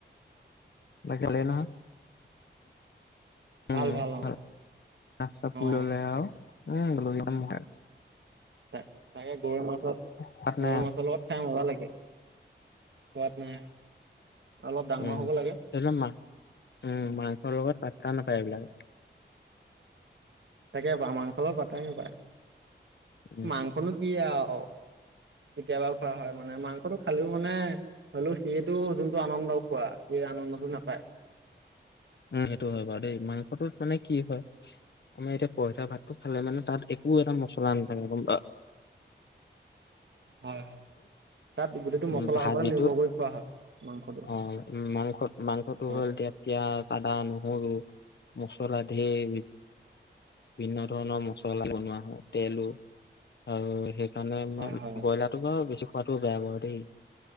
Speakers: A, on the left; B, on the right.
A: <unintelligible> উম,
B: ভাল ভাল অ
A: <unintelligible>
B: অ' <unintelligible> তাকে গৰৈ মাছত -
A: সোৱাদ
B: গৰৈ
A: নাই আৰু
B: মাছৰ লগত খাই মজা লাগে। কোৱাত নাই অলপ ডাঙৰ
A: উ
B: হ'ব লাগে
A: মা উম মাংসৰ লগত পাতা নাপ পাই বিলাক
B: তাকে বা মাংসৰ লগত পাত্তাই নাপায়
A: উম
B: মাংসনো কি আৰু কেতিয়াবাও খোৱা হয় আমাৰ। মানে মাংসটো খালেও মানে হলেও সেইটো যোনটো আনন্দ খোৱা সি আনন্দটো নাপায়।
A: উম, সেইটো হয় বা দেই মাংসটোত মানে কি হয়। আমাৰ এতিয়া পঁইতা ভাতটো খালে মানে, তাত একো এটা মছলা নাথাকে গম পাওঁ। <inaudible>
B: হয়, হয়। তাত গোটেইটো
A: উম,
B: মছলাৰ
A: ভাজিটোত
B: ওপৰত নিৰ্ভৰ কৰি খোৱা হয় মাংসটো
A: আহ উম মাংস-মাংসটো
B: হয়
A: হ'ল এতিয়া। পিঁয়াজ আদা নহৰু মচলা ধেইবিধ। বিভিন্ন ধৰণৰ মছলা বনোৱা হয়, তেলো আৰু হেইকাৰণে ইমান
B: হয় হয়
A: ব্ৰইলাৰটো বাৰু বেছি খোৱাটোও বেয়া বাৰু দেই।